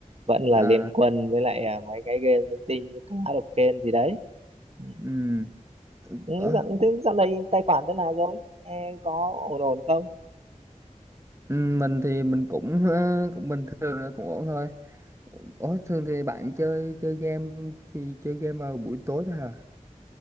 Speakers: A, on the right (about 50°); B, on the right (about 20°).
A: Vẫn là
B: À,
A: Liên Quân với lại ờ, mấy cái game linh tinh như Clash of Clans gì đấy. Ừ,
B: ừm,
A: ừ,
B: Ủa,
A: dạo, thế dạo này tài khoản thế nào rồi? Ê, có ổn ổn không?
B: ừm, mình thì mình cũng ờ, cũng bình thường là cũng ổn thôi. Ủa, thường thì bạn chơi chơi game thì chơi game vào buổi tối thôi hả?